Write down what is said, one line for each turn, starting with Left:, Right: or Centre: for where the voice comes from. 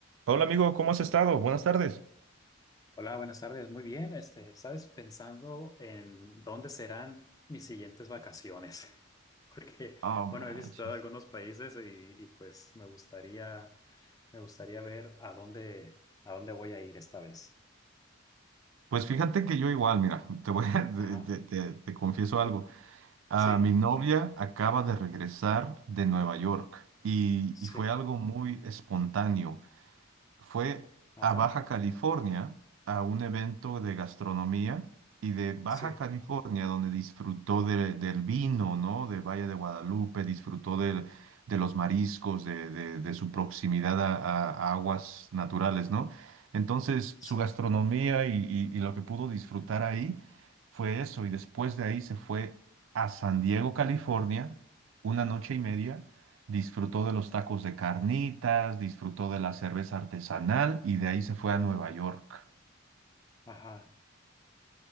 Right: Hola amigo, ¿cómo has estado? Buenas tardes.
Left: Hola, buenas tardes. Muy bien. Este, sabes, pensando en dónde serán mis siguientes vacaciones, <laughs> porque,
Right: Ah, manches.
Left: bueno, he visitado algunos países y, y, pues me gustaría, me gustaría ver a dónde, a dónde voy a ir esta vez.
Right: Pues fíjate que yo igual, mira, <laughs> te voy a, <laughs> te,
Left: Ajá.
Right: te- te- te confieso algo. Ah,
Left: Sí,
Right: mi novia acaba de regresar de Nueva York y,
Left: sí,
Right: y fue algo muy espontáneo. fue
Left: ajá,
Right: a Baja California a un evento de gastronomía y de Baja
Left: sí,
Right: California, donde disfrutó de- del vino, ¿no? De Valle de Guadalupe, disfrutó del- de los mariscos, de, de- de su proximidad a, a- a aguas naturales, ¿no? Entonces,
Left: sí.
Right: su gastronomía y, y- y lo que pudo disfrutar ahí fue eso, y después de ahí se fue a San Diego, California, una noche y media disfrutó de los tacos de carnitas, disfrutó de la cerveza artesanal y de ahí se fue
Left: O-
Right: a Nueva York.
Left: ajá.